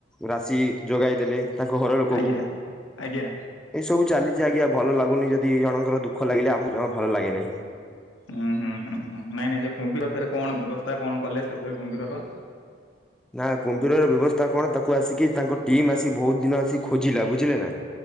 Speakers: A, in the centre; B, on the left.
A: ରାଶି ଯୋଗାଇ ଦେଲେ। ତାଙ୍କ ଘର ଲୋକକୁ।
B: ଆଜ୍ଞା ଆଜ୍ଞା
A: ଏସବୁ ଚାଲିଛି ଆଜ୍ଞା ଭଲ ଲାଗୁନି ଯଦି ଜଣଙ୍କର ଦୁଃଖ ଲାଗିଲ ଆମକୁ ଜମା ଭଲ ଲାଗେ ନାହିଁ।
B: ହୁଁ ହୁଁ ହୁଁ ହୁଁ ନାଇଁ ନାଇଁ ଯେ କୁମ୍ଭୀର ଫରେ କଣ ବ୍ୟବସ୍ଥା କଣ କଲେ ସେ କୁମ୍ଭୀରର।
A: ନା କୁମ୍ଭୀରର ବ୍ୟବସ୍ଥା କଣ ତାକୁ ଆସିକି ତାଙ୍କ ଟିମ୍ ଆସି ବହୁତ ଦିନ ଆସି ଖୋଜିଲା ବୁଝିଲେ ନା।